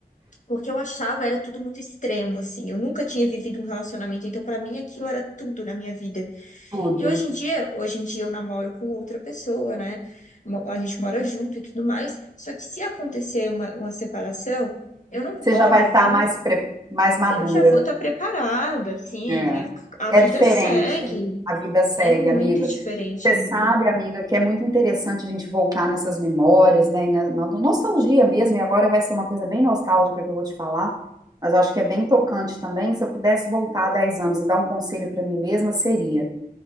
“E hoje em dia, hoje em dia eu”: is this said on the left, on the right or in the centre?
Left